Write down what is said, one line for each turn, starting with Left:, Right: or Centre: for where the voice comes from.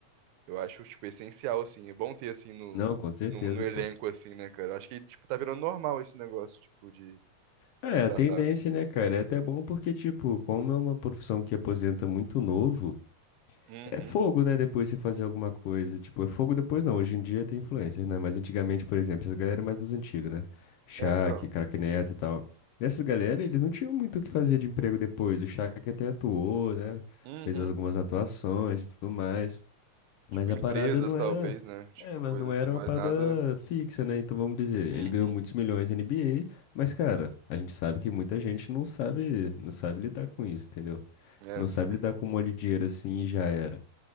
Right: eu acho, tipo, essencial, assim, é bom ter, assim, no,
Left: Não, com certeza,
Right: no, no elenco,
Left: pô.
Right: assim, né, cara, eu acho que, tipo, tá virando normal esse negócio, tipo, de
Left: É,
Right: contratar.
Left: a tendência, né, cara? É até bom porque, tipo, como é uma profissão que aposenta muito novo,
Right: Uhum,
Left: é fogo, né, depois você fazer alguma coisa. Tipo, é fogo depois não. Hoje em dia tem influencer, né? Mas antigamente, por exemplo, essas galera é mais das antigas, né? Shaq,
Right: é, então,
Left: Craque Neto e tal. Essas galera, eles não tinham muito o que fazer de emprego depois. O Shaq até atuou, né?
Right: uhum,
Left: Fez algumas atuações e tudo mais. Mas
Right: tipo,
Left: a
Right: empresas,
Left: parada não
Right: talvez,
Left: era.
Right: né, tipo,
Left: É, mas
Right: coisa
Left: não era
Right: assim,
Left: uma
Right: mas
Left: parada
Right: nada,
Left: fixa, né? Então vamos dizer,
Right: uhum,
Left: ele ganhou muitos milhões na NBA, mas, cara, a gente sabe que muita gente não sabe, não sabe lidar com isso, entendeu?
Right: é,
Left: Não
Right: os-
Left: sabe lidar com um monte de dinheiro assim e já era.